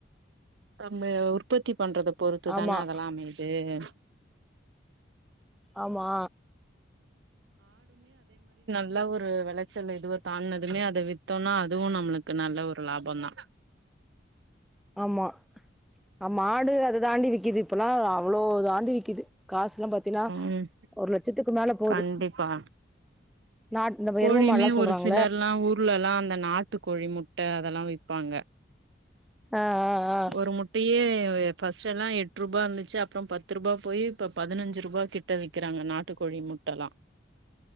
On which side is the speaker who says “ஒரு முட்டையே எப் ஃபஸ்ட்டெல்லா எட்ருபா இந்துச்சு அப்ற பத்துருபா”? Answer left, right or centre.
Right